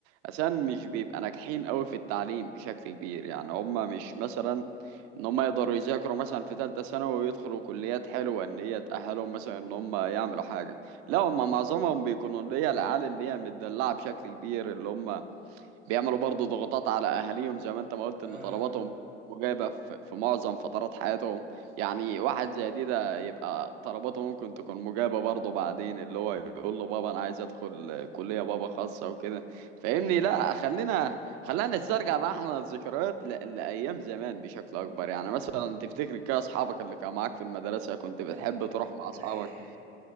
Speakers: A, on the right; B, on the right.
A: اساسا مش بيبقى ناجحين قوي في التعليم بشكل كبير يعني هم مش مثلا ان هم يقدروا يذاكروا مثلا في ثالثه ثانوي ويدخلوا كليات حلوه ان هي تاهلهم مثلا ان هم يعملوا حاجه لا هم معظمهم بيكونوا اللي هي العيال اللي هي متدلعه بشكل كبير اللي هم بيعملوا برضه ضغوطات على اهاليهم زي ما انت ما قلت
B: اه
A: ان طلباتهم
B: ايوه ايوه
A: مجابه في في معظم فترات حياتهم يعني واحد زي دي ده يبقى طلباته ممكن تكون مجابه برضه بعدين اللي هو يقول له بابا انا عايز ادخل كليه بابا خاصه وكده فاهمني لا خلينا خلينا نسترجع بقى احنا الذكريات ل- لايام زمان بشكل اكبر يعني مثلا تفتكر كده اصحابك اللي كانوا معاك في المدرسه كنت بتحب
B: اه جدع
A: تروح مع
B: احلى
A: اصحابك
B: ايام